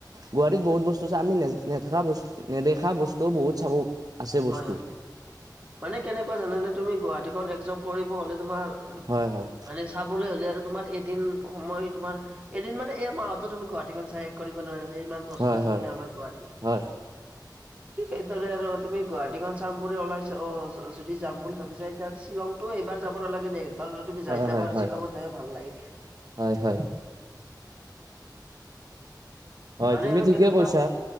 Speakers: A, on the right; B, on the right.
A: গুৱাহাটীত বহুত বস্তু আছে আমি নে নেদেখা নেদেখা বস্তু বহুত চাব। আছে বস্তু
B: হয়, হয় মানে কেনেকুৱা জানোনে তুমি গুৱাহাটীখন একজক কৰিব হলে তোমাৰ।
A: হয় হয়
B: মানে চাবলৈ হ'লে আৰু তোমাৰ এদিন সময় তোমাৰ এদিন মানে এ মাহতো তুমি গুৱাহাটীখন চাই কৰিব নোৱাৰিবা। ইমান বস্তু
A: হয়
B: আছে
A: হয়
B: মানে আমাৰ গুৱাহাটীত
A: হয়
B: সেইদৰে আৰু। তুমি গুৱাহাটীখন চাম বুলি ওলাইছা অ' যদি যাম বুলি ভাবিছা এতিয়া শ্বিলংটো এইবাৰ যাব নালাগে নেকি। তুমি
A: হয়
B: যাই চাবা
A: হয়
B: আৰু
A: হয়
B: শ্বিলঙত যায়ো ভাল লাগে।
A: হয়, হয়। হয়,
B: মানে
A: তুমি
B: আৰু
A: ঠিকে
B: কেনেকুৱা
A: কৈছা